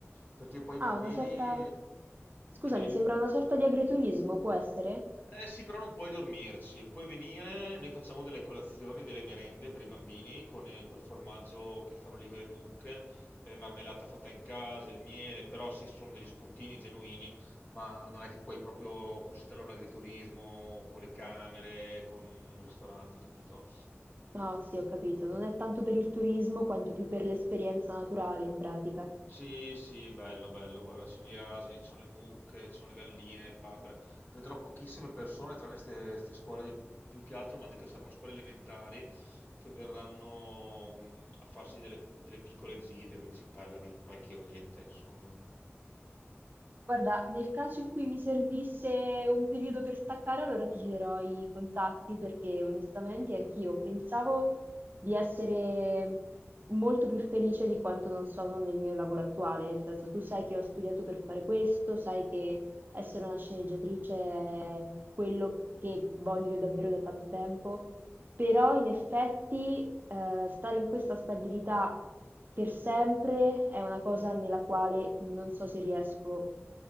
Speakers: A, on the left (about 40°); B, on the right (about 45°).
A: Perché poi i bambini...
B: Ah, una sorta... Scusami,
A: Dimmi, dimmi.
B: sembra una sorta di agriturismo, può essere?
A: Eh sì, però non puoi dormirci, puoi venire, noi facciamo delle colazioni, delle merende per i bambini con eh, col formaggio che fanno lì con le mucche, eh, marmellata fatta in casa, il miele, però sì, sono degli spuntini genuini, ma non è che puoi proprio considerare un agriturismo con le camere, con un ristorante, capito?
B: Ah, sì, ho capito. Non è tanto per il turismo quanto più per l'esperienza naturale, in pratica.
A: Sì, sì, bello, bello, guarda, ci sono gli asini, ci sono le mucche, ci sono le galline, le papere. Vedrò pochissime persone, tranne queste scuole, di- più che altro mi hanno detto saranno scuole elementari che verranno mh, a farsi delle, delle piccole gite, quindi si parla di qualche oretta, insomma.
B: Guarda, nel caso in cui mi servisse un periodo per staccare, allora ti chiederò i contatti perché onestamente anch'io pensavo di essere molto più felice di quanto non sono nel mio lavoro attuale. Nel senso, tu sai che ho studiato per fare questo, sai che essere una sceneggiatrice è quello che voglio davvero da tanto tempo. Però in effetti, ehm, stare in questa stabilità per sempre è una cosa nella quale non so se riesco